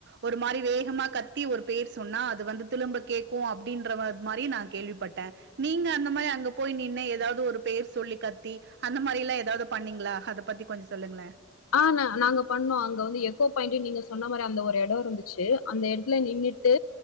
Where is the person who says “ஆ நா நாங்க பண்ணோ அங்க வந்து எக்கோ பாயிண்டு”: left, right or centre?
Left